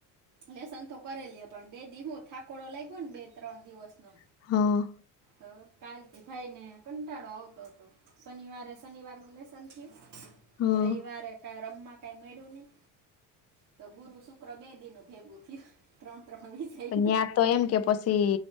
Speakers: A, on the right; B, on the left.
A: લેસન તો કરેલી પણ બે દીહું થાકોડો લાગ ગ્યો ને બે ત્રણ દિવસનો.
B: હા.
A: હ કાલતી ભાઈ ને કંટાળો આવતો હતો. શનિવારે શનિવાર નું લેસન થયું
B: હા
A: રવિવારે કઈ રમવા કઈ મેળ્યુ નહી. તો ગુરુ શુક્ર બે દિ નુ ભેગું થયું ત્રણ ત્રણ વિષય
B: પણ
A: નું.
B: ત્યાં તો એમ કે પછી